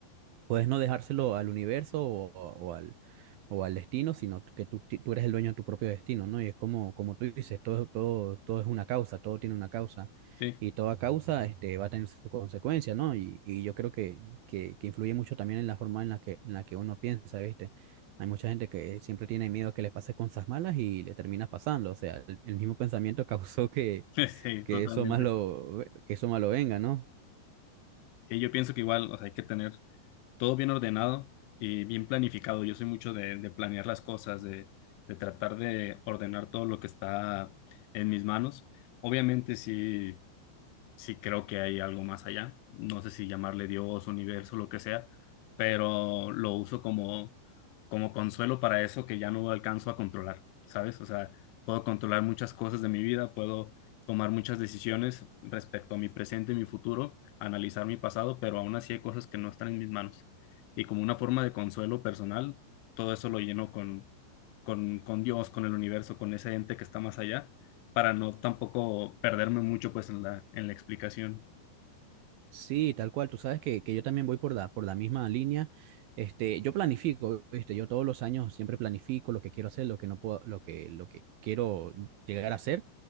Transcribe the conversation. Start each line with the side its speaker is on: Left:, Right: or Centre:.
Right: Puedes no dejárselo al universo o, o al, o al destino, sino que tú, ti- tú eres el dueño de tu propio destino, ¿no? Y es como, como tú dices, todo, todo, todo es una causa, todo tiene una causa
Left: Sí,
Right: y toda causa este, va a tener su consecuencia, ¿no? Y, y yo creo que, que, que influye mucho también en la forma en la que, en la que uno piensa, ¿viste? Hay mucha gente que siempre tiene miedo a que le pase cosas malas y le termina pasando, o sea, el, el mismo pensamiento <laughs> causó que,
Left: <laughs> sí,
Right: que
Left: totalmente.
Right: eso malo, que eso malo venga, ¿no?
Left: Sí, yo pienso que igual, o sea, hay que tener todo bien ordenado y bien planificado. Yo soy mucho de, de planear las cosas, de, de tratar de ordenar todo lo que está en mis manos. Obviamente, si sí creo que hay algo más allá. No sé si llamarle Dios, universo, lo que sea, pero lo uso como, como consuelo para eso que ya no alcanzo a controlar, ¿sabes? O sea, puedo controlar muchas cosas de mi vida, puedo tomar muchas decisiones respecto a mi presente y mi futuro, analizar mi pasado, pero aún así hay cosas que no están en mis manos. Y como una forma de consuelo personal, todo eso lo lleno con, con, con Dios, con el universo, con ese ente que está más allá para no tampoco perderme mucho pues en la, en la explicación.
Right: Sí, tal cual. Tú sabes que, que yo también voy por la, por la misma línea. Este, yo planifico, ¿viste? Yo todos los años siempre planifico lo que quiero hacer, lo que no puedo, lo que, lo que quiero llegar a hacer.